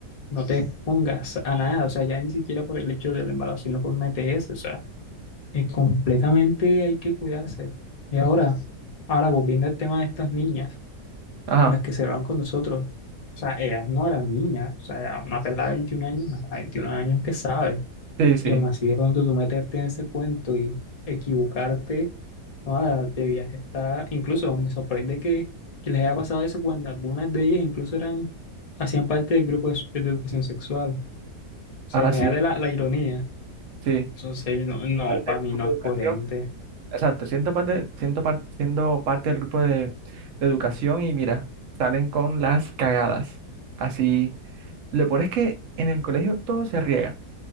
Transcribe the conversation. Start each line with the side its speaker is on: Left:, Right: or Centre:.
Left: no te pongas a nada, o sea, ya ni siquiera por el hecho del embarazo, sino por un ETS, o sea. eh, completamente hay que cuidarse. Y ahora, ahora volviendo al tema de estas niñas,
Right: ajá,
Left: las que se van con nosotros, o sea, ellas no eran niñas, o sea, era una pelada de 21 años, una pelada de 21 años que sabe,
Right: sí, sí,
Left: y aún así de pronto tú meterte en ese cuento y equivocarte, ah, de viaje está, incluso me sorprende que, que les haya pasado eso cuando algunas de ellas incluso eran, hacían parte del grupo de, su- de educación sexual, o sea,
Right: ah,
Left: imagínate
Right: sí,
Left: la, la ironía,
Right: sí.
Left: entonces no, no,
Right: Parte
Left: para
Right: del
Left: mí
Right: grupo
Left: no es
Right: de educación,
Left: coherente.
Right: exacto, siento parte, siento par- siendo parte del grupo de, de educación y mira, salen con las cagadas. Así, lo peor es que en el colegio todo se riega.